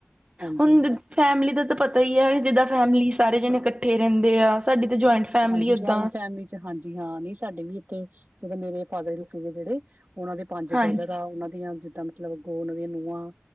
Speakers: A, on the right (about 45°); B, on the right (about 30°).
A: ਹਾਂਜੀ,
B: ਹੁਣ ਫੈਮਿਲੀ ਦਾ ਤਾਂ ਪਤਾ ਹੀ ਆ ਜਿੱਦਾਂ ਫੈਮਿਲੀ ਸਾਰੇ ਜਣੇ ਇਕੱਠੇ ਰਹਿੰਦੇ ਆ ਸਾਡੀ ਤਾਂ ਜੁਆਇੰਟ ਫੈਮਿਲੀ
A: ਹਾਂਜੀ
B: ਉਦਾਂ
A: ਜੁਆਇੰਟ ਫੈਮਿਲੀ ਚ ਹਾਂਜੀ ਹਾਂ ਨੀ ਸਾਡੇ ਵੀ ਇੱਥੇ ਜਦ ਮੇਰੇ ਫਾਦਰ ਸੀਗੇ ਜਿਹੜੇ ਉਹਨਾਂ ਦੇ ਪੰਜ ਬ੍ਰਦਰ
B: ਹਾਂਜੀ
A: ਆ, ਉਹਨਾਂ ਦੀਆਂ, ਜਿੱਦਾਂ ਮਤਲੱਬ ਅਗੋ, ਉਹਨਾਂ ਦੀਆਂ ਨੂੰਹਾਂ